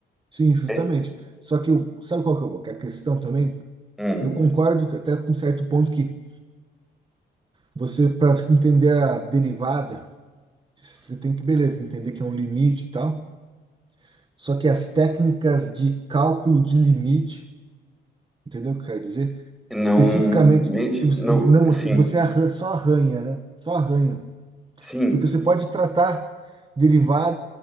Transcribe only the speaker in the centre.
É,
hum,
não,
mente,
não,
sim,
sim,